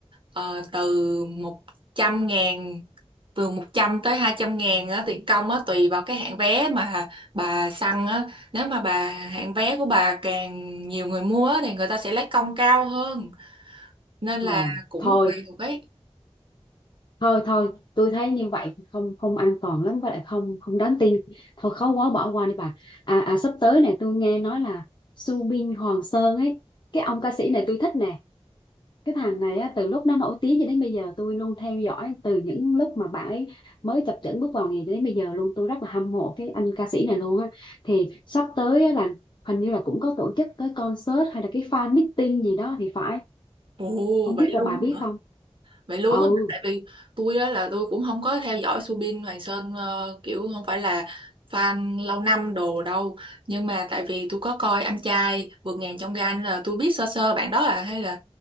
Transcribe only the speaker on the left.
ờ,
thôi
thôi thôi tôi thấy như vậy không không an toàn lắm với lại không không đáng tin thôi khó quá bỏ qua đi bà à, à sắp tới nè tôi nghe nói là Subin Hoàng Sơn ấy cái ông ca sĩ này tôi thích nè cái thằng này á, từ lúc nó nổi tiếng cho đến bây giờ tôi luôn theo dõi từ những lúc mà bạn ấy mới chập chững bước vào nghề cho đến bây giờ luôn tôi rất là hâm mộ cái anh ca sĩ này luôn á thì sắp tới á là hình như là cũng có tổ chức cái concert hay là cái fan meeting gì đó thì phải
không
biết là
bà biết không
ừ